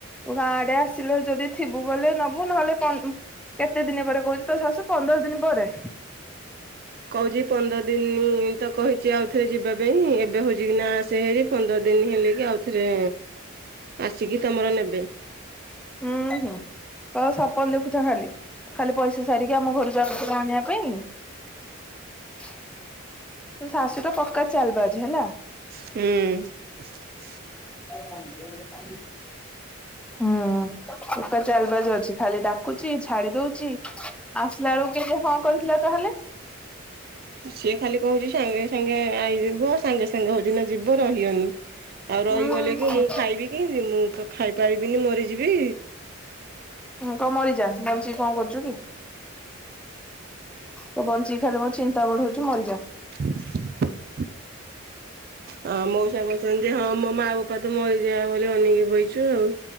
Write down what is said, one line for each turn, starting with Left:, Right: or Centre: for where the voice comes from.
Centre: ଗାଁ ଆଡେ ଆସିଲେ ଯଦି ଥିବୁ ବୋଲି ନବୁ ନହେଲେ କା କେତେ ଦିନ ପରେ କହୁଛି ତୋ ଶାଶୁ ପନ୍ଦର ଦିନ ପରେ,
Right: କହୁଛି ପନ୍ଦର ଦିନ ତ କହିଛି ଆଉଥରେ ଯିବା ପାଇଁ ଏବେ ହଉଛି କି ନା ସେ ହେରି ପନ୍ଦର ଦିନ ହେଲେ କି ଆଉଥରେ ଆସିକି ତମର ନେବେ।
Centre: ହୁଁ ଉ ହ ସପନ ଦେଖୁଥା ଖାଲି ଖାଲି ପଇସା ସାରିକି ଆମ ଘରୁ ଯାଉଥିଲା ଆଣିବା ପାଇଁ ତୋ ଶାଶୁ ଟା ପକ୍କା ଚାଲ ବାଜି ହେଲା।
Right: ହୁଁ।
Centre: ଭନ୍ଦ କ ହୁଁ ପକା ଚାଲବାଜ ଅଛି ଖାଲି ଡାକୁଚି ଛାଡି ଦଉଛି, ଆସିଲା ବେଳକୁ କି ହଁ କରିଥିଲା ତାହେଲେ,
Right: ସିଏ ଖାଲି କହୁଛି ସାଙ୍ଗେ ସାଙ୍ଗେ ଆଇଯିବ ସାଙ୍ଗେ ସାଙ୍ଗେ ହଉଛି ନା ଯିବ ରହିବନି। ଆଉ ରହିଗଲେ
Centre: ଉଁ
Right: କି ମୁଁ ଖାଇବି କି ମୁଁ ତ ଖାଇପାରିବିନି ମରିଯିବି
Centre: କହ ମରିଯା ବଞ୍ଚିକି କଣ କରୁଛୁ କି? ମୁଁ ବଞ୍ଚିକି ଖାଲି ମୋ ଚିନ୍ତା ବଢଉଛୁ ମରିଯା।
Right: <inaudible> ହଁ ମଉସା କହୁଛନ୍ତି ହଁ ମୋ ମା ବୋପା ତ ମରିଯାଏ ବୋଲି ଅନେଇକି ବଇଛୁ ଆଉ,